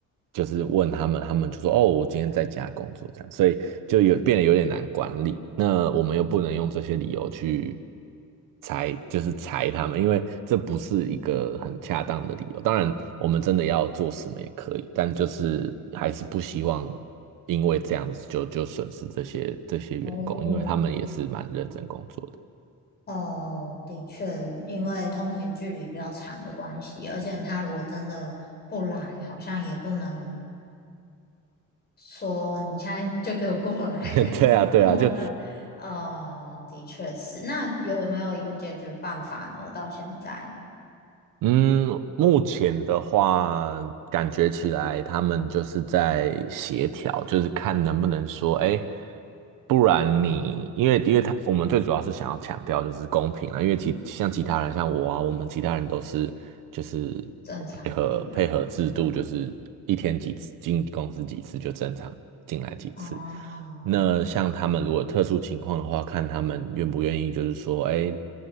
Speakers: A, on the right; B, on the left.
A: 就是问他们，他们就说哦，我今天在家工作这样，所以就有变得有点难管理。那我们又不能用这些理由去。裁就是裁他们，因为这不是一个很恰当的理由。当然，我们真的要做什么也可以，但就是还是不希望因为这样子就就损失这些这些员工，
B: 哦
A: 因为他们也是蛮认真工作
B: 哦，的确，因为通勤距离比较长的关系，而且他如果真的不来，好像也不能说你现在就给我过来，<laughs> 还是多的，
A: 的。<laughs> 对啊，对啊，就
B: 呃，的确是。那有没有一个解决办法呢？到现在
A: 嗯，目前的话，感觉起来他们就是在协调，就是看能不能说，哎，不然你，因为因为他我们最主要是想要强调就是公平啊，因为其像其他人像我啊，我们其他人都是就是配合配合制度，
B: 正常进来，
A: 就是一天几次进公司几次就正常进来几次。
B: 哦，
A: 那像他们如果特殊情况的话，看他们愿不愿意，就是说，哎。